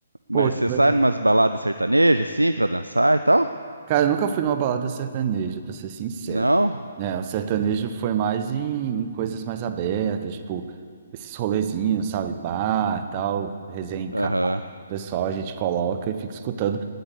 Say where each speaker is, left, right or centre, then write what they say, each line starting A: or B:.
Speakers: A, on the right (about 85°); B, on the right (about 30°).
A: Mas
B: Pô, que
A: você
B: legal.
A: sai numas baladas sertanejas, assim, para dançar e tal?
B: Cara, eu nunca fui numa balada sertaneja, pra ser sincero.
A: Não?
B: né o sertanejo foi mais em, em coisas mais abertas, tipo, esses rolezinhos, sabe? Bar, tal, resenha em
A: Aham.
B: casa, o pessoal a gente coloca e fica escutando.